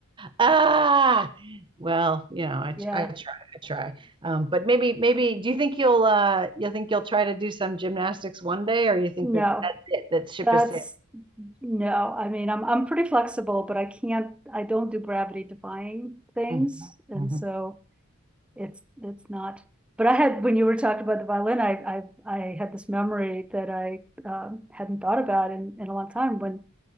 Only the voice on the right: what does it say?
Ah, well, you know, I,
I try, I try. Um, but maybe, maybe, do you think you'll, uh, you think you'll try to do some gymnastics one day, or you think
that that's it, that ship
is sailed?
Mhm,
mhm.